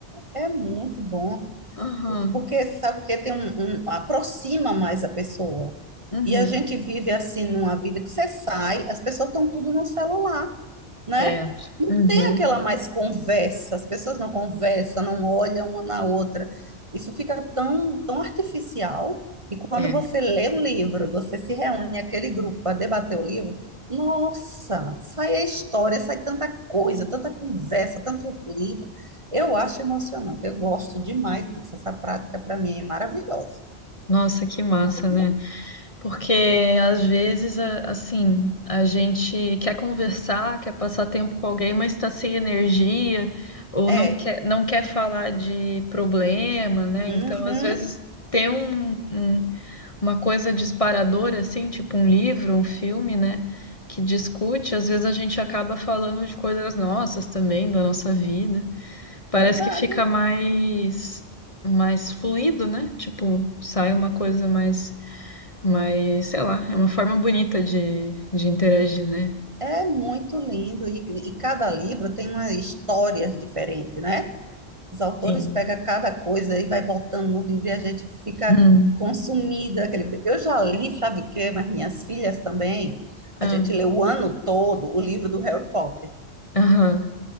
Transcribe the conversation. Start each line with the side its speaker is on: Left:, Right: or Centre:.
Right: é muito bom,
Left: Aham.
Right: porque sabe o que tem um, um- aproxima mais a pessoa.
Left: Uhum.
Right: E a gente vive assim numa vida que você sai, as pessoas estão tudo no celular. né?
Left: É.
Right: Não
Left: Uhum.
Right: tem aquela mais conversa, as pessoas não conversam, não olham uma na outra. Isso fica tão, tão artificial. E quando
Left: É.
Right: você lê um livro, você se reúne aquele grupo para debater o livro, nossa, sai a história, sai tanta coisa, tanta conversa, tanto livro. Eu acho emocionante, eu gosto demais disso. Essa prática para mim é maravilhosa.
Left: Nossa, que massa,
Right: Maravilhoso.
Left: né? Porque às vezes, a- assim, a gente quer conversar, quer passar tempo com alguém, mas está sem energia, ou
Right: É,
Left: não quer, não quer falar de problema, né?
Right: uhum,
Left: Então, às vezes, ter um, um- uma coisa disparadora, assim, tipo um livro, um filme, né? Que discute, às vezes a gente acaba falando de coisas nossas também, da nossa vida. Parece
Right: verdade.
Left: que fica mais mais fluido, né? Tipo, sai uma coisa mais mais, sei lá, é uma forma bonita de, de interagir, né?
Right: É muito lindo e, e cada livro tem uma história diferente, né? Os autores
Left: Sim.
Right: pegam cada coisa e vai botando no livro e a gente fica
Left: Hum.
Right: consumida. Aquele... Eu já li, sabe o quê? Mas minhas filhas também. A
Left: Ah,
Right: gente leu o ano todo o livro do Harry Potter.
Left: Aham.